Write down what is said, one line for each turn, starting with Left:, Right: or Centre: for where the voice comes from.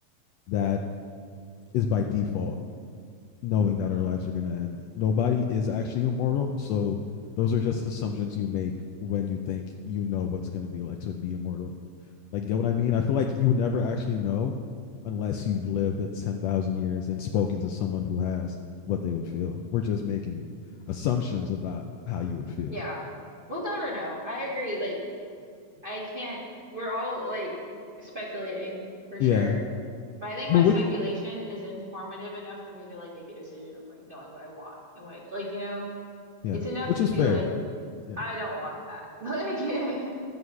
Left: that is by default knowing that our lives are going to end nobody is actually immortal so those are just assumptions you make when you think you know what's going to be like to be immortal Like, get what I mean? I feel like you would never actually know unless you've lived at 10,000 years and spoken to someone who has what they would feel. We're just making assumptions about how you would feel.
Right: yeah we'll never know i agree like i can't we're all like speculating
Left: <laughs>
Right: for sure
Left: yeah.
Right: but I think
Left: Well,
Right: my
Left: which,
Right: speculation is informative enough for me to like make a decision of like knowing what I want and what I, like you know
Left: yeah,
Right: It's enough
Left: which
Right: to
Left: is
Right: be
Left: fair.
Right: like,
Left: Yeah.
Right: I don't want that. <laughs> Like, yeah,